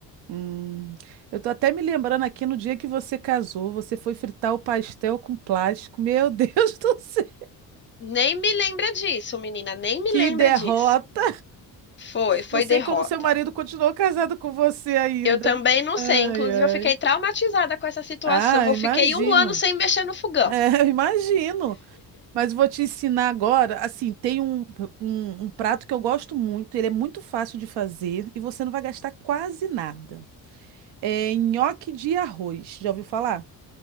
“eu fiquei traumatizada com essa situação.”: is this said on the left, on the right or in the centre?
Left